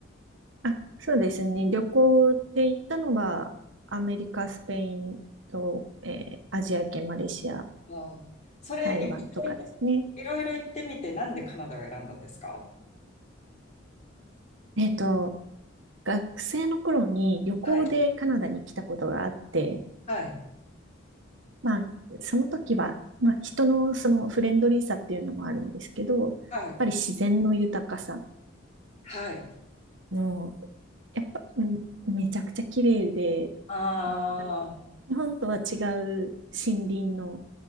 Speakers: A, on the right; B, on the left.
A: あ、そうですね。旅行で行ったのは、アメリカ、スペインと、えーアジア圏、マレーシア、
B: あーそれ、
A: 台湾とかですね。
B: いろいろいろいろ行ってみて、なんでカナダを選んだんですか
A: えっと、学生の頃に旅行でカナダに来たことがあって、
B: はい。はい。
A: まあ、その時は、まあ、人のそのフレンドリーさっていうのもあるんですけど、やっぱり自然の豊かさ
B: はい。はい。
A: のやっぱ、うんめちゃくちゃ綺麗で、
B: ああ、
A: あの日本とは違う森林の、